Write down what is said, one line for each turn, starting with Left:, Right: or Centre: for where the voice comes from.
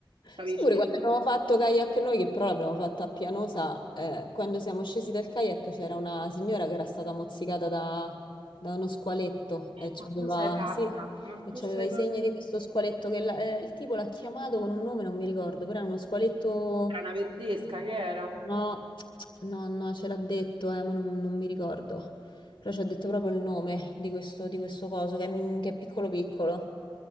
Right: capisci?
Left: Sai pure quando abbiamo fatto kayak noi, che però l'abbiamo fatta a Pianosa, eh, quando siamo scesi dal kayak c'era una signora che era stata mozzicata da, da uno squaletto e c'aveva,
Right: Ma tu sei pazza,
Left: sì,
Right: ma
Left: e
Right: tu
Left: c'aveva
Right: sei
Left: i
Right: pazza.
Left: segni di questo squaletto che la- eh, il tipo l'ha chiamato con un nome, non mi ricordo, però era uno squaletto...
Right: Era una verdesca che era.
Left: No, no, no, ce l'ha detto, eh, ma non, non mi ricordo. Però ci ha detto proprio il nome di questo, di questo coso, che è, che è piccolo piccolo.